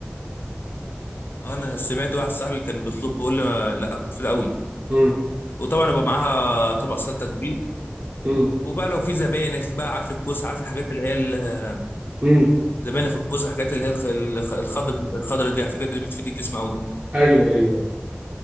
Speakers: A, on the left; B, on the right.
A: انا سمعت واحد صاحبي كان بيطلب بيقول لي لا مفيد قوي
B: امم
A: وطبعا يبقى معاها طبق سلطه كبير
B: امم
A: وبقى لو في زبانخ بقى عارف الكوسه عارف الحاجات اللي هي ال-
B: امم
A: زبانخ الكوسه الحاجات اللي هي الخ- الخ- الخضر الخضر دي على فكره دي بتفيد الجسم قوي
B: ايوه ايوه